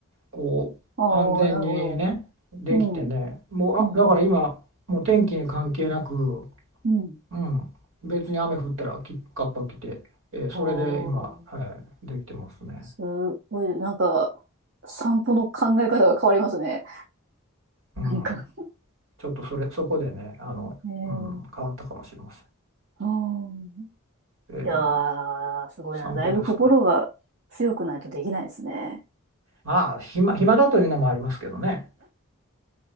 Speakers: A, on the right (about 70°); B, on the right (about 55°).
A: こう、
B: ああ、
A: 安全にね、
B: なるほど。
A: できてね、
B: うん。
A: もう、あ、
B: うんうん。
A: だから今、もう天気に関係なく、
B: うん。
A: うん、別に雨降ったらきカッパ着て、えーそれで今、
B: ああ。
A: はい、できてますね。
B: すごい、なんか、散歩の考え方が変わりますね。
A: うん、
B: <laughs> なんか。
A: ちょっとそれ、そこでね、あの、
B: ええ。
A: うん、変わったかもしれま
B: うん。
A: せん。えー
B: いやー、すごいな。
A: 散歩ですか。
B: だいぶ心が強くないとできないですね。
A: まあ、暇、暇だというのもありますけどね。